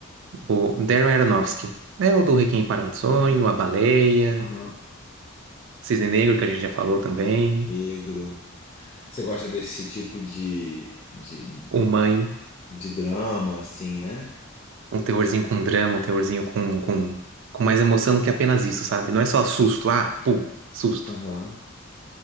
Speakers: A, on the right (about 60°); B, on the left (about 30°).
A: O Darren Aronofsky. É o do Requiem para um Sonho,
B: Aham,
A: A Baleia,
B: aham.
A: Cisne Negro, que a gente já falou também.
B: Negro. Você gosta desse tipo de, de,
A: O Mãe.
B: de drama, assim, né?
A: um teorzinho com drama, um teorzinho com, com, com mais emoção do que apenas isso, sabe? Não é só susto, ah, pô, susto.
B: Aham.